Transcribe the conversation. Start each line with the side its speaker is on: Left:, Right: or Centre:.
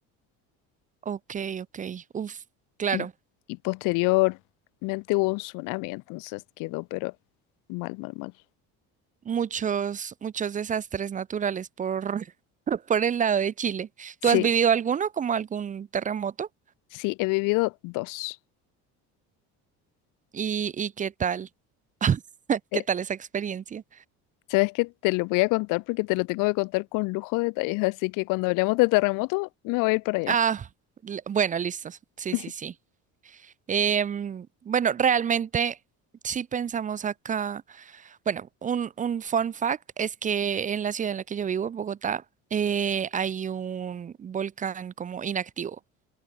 Right: Ok, ok, uf, claro.
Left: Y, y posteriormente hubo un tsunami, entonces quedó pero mal, mal, mal.
Right: Muchos, muchos desastres naturales por, <laughs> por el lado de Chile.
Left: Sí,
Right: ¿Tú has vivido alguno, como algún terremoto?
Left: sí, he vivido dos.
Right: ¿Y, y qué tal? <laughs>
Left: Eh,
Right: ¿Qué tal esa experiencia?
Left: Sabes que te lo voy a contar porque te lo tengo que contar con lujo de detalles, así que cuando hablemos de terremoto me voy a ir para allá.
Right: Ah, l- bueno, listo. Sí,
Left: <laughs>
Right: sí, sí. Em, bueno, realmente, si pensamos acá, bueno, un, un fun fact es que en la ciudad en la que yo vivo, Bogotá, eh, hay un volcán como inactivo.